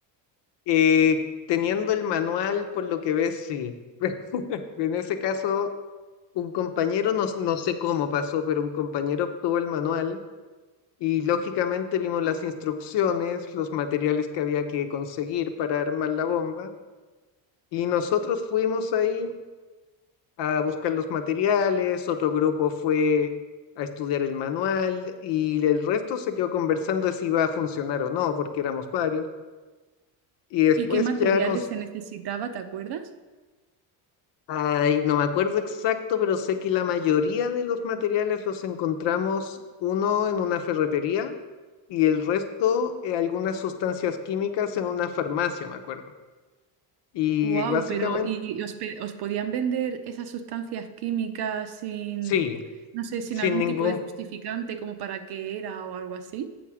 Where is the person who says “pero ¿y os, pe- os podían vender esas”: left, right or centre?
Right